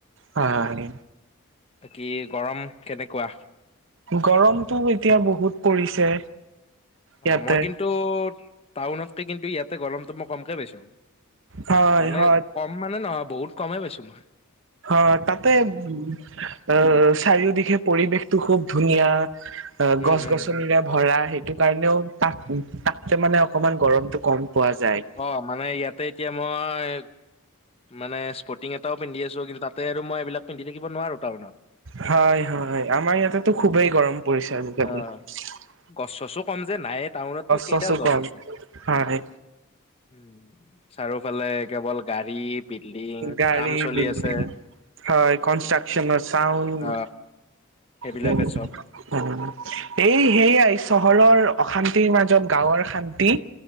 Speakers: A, on the right (about 60°); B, on the left (about 25°).
A: হয়
B: বাকী গৰম কেনেকুৱা?
A: গৰমটো এতিয়া বহুত পৰিছে ইয়াতে
B: অ', মই কিন্তু টাউনতকে কিন্তু ইয়াতে গৰমটো মই কমকে পাইছো।
A: হয়
B: মানে
A: হয়
B: কম মানে নহয় বহুত কমে পাইছো মই।
A: অ', তাতে অ', চাৰিওদিশে পৰিৱেশটো খুব ধুনীয়া অ',
B: উম
A: গছ
B: উম
A: গছনিৰে ভৰা সেইটো কাৰণেও তাত তাতকে মানে অকমান গৰমতটো কম। পোৱা যায়।
B: অ', মানে ইয়াতে এতিয়া মই মানে স্পৰ্টিং এটাও পিন্ধি আছো কিন্তু তাতে আৰু মই এইবিলাক পিন্ধি থাকিব নোৱাৰো টাউনত।
A: হয় হয় আমাৰ ইয়াতেতো খুবেই গৰম। পৰিচয় বিপি
B: অ
A: <unintelligible>
B: গছ চছো ক'ম যে, নাইয়ে টাউননো কেইডাল
A: চছো
B: গছ
A: কম।
B: আছে?
A: হয়,
B: উম, চাৰিওফালে কেৱল। গাড়ী, বিল্ডিং
A: গাড়ী
B: কাম চলি
A: বিল্ডিং
B: আছে।
A: হয়, কনষ্ট্ৰাচন চাউড
B: অ সেইবিলাকে
A: <unintelligible>
B: চব
A: এই হেয়াই, চহৰৰ অশান্তিৰ মাজত গাঁৱৰ শান্তি।